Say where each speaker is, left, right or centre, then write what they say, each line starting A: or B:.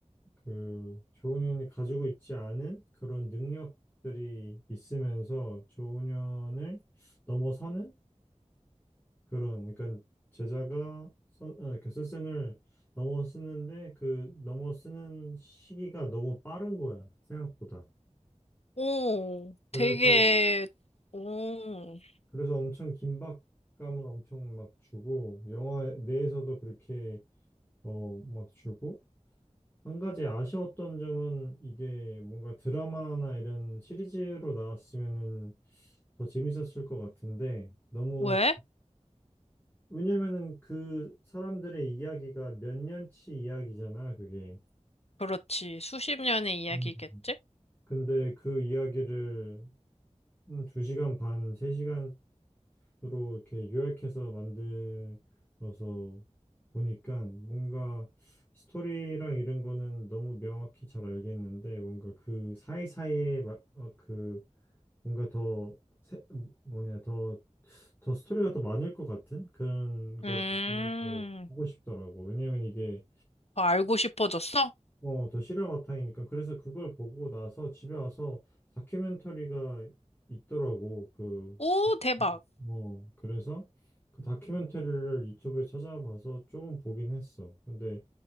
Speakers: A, on the left (about 15°); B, on the left (about 60°).
A: 그 조훈현이 가지고 있지 않은 그런 능력들이 있으면서 조훈현을 넘어서는 그런 그러니까 제자가 선, 아, 그 스승을 넘어서는데 그 넘어서는 시기가 너무 빠른 거야 생각보다.
B: 오,
A: 그래서
B: 되게, 오,
A: 그래서 엄청 긴박감을 엄청 막 주고 영화 내에서도 그렇게 어 막 주고 한 가지 아쉬웠던 점은 이게 뭔가 드라마나 이런 시리즈로 나왔으면은 더 재밌었을 것 같은데 너무
B: 왜?
A: 왜냐면은 그 사람들의 이야기가 몇 년치 이야기잖아 그게
B: 그렇지. 수십 년의 이야기겠지?
A: 음. 근데 그 이야기를 음, 시간 반, 세시간 로 이렇게 요약해서 만들어서 보니까 뭔가 스토리랑 이런 거는 너무 명확히 잘 알겠는데 뭔가 그 사이사이에 마- 어, 그 뭔가 더 세- 뭐냐 더 더 스토리가 더 많을 것 같은 그런 거를
B: 음,
A: 보면서 보고 싶더라고. 왜냐면 이게
B: 더 알고 싶어졌어?
A: 어, 더 실화 바탕이니까. 그래서 그걸 보고 나서 집에 와서 다큐멘터리가 있더라고. 그
B: 오, 대박.
A: 어, 그래서 그 다큐멘터리를 유튜브에 찾아봐서 조금 보긴 했어. 근데